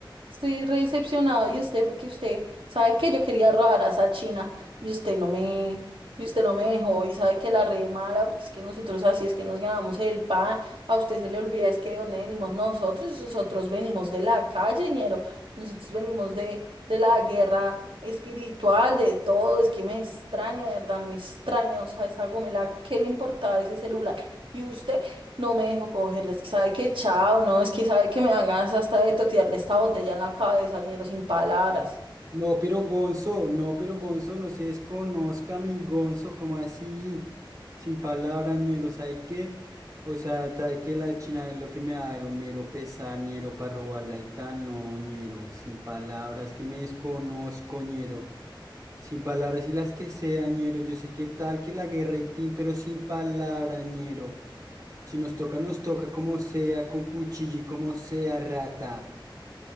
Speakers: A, on the right; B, on the right.
A: estoy re decepcionada de usted porque usted sabe que yo quería robar a esa china y usted no me, y usted no me dejó y sabe que la re mala porque es que nosotros así es que nos ganamos el pan, a usted se le olvida es que de dónde venimos nosotros, nosotros venimos de la calle, ñero, nosotros venimos de, de la guerra espiritual, de todo, es que me extraña, de verdad, me extraña, o sea, esa gomela, ¿qué le importaba ese celular? Y usted. No me dejó cogerla, es que sabe que chao, no, es que sabe que me dan ganas hasta de totearle esta botella en la cabeza, ñero, sin palabras.
B: No, pero Gonzo, no, pero Gonzo, no se desconozca mi Gonzo, como así? Sin palabras, ñero, ¿sabe qué? O sea, ¿sabe que La China es lo que me da era un mero pesar, ñero, para robarla y tan, no, ñero, sin palabras, que me desconozco, ñero, sin palabras y las que sea, ñero, yo sé que tal, que la guerra y tin, pero sin palabras, ñero, si nos toca, nos toca como sea, con cuchillo y como sea, rata.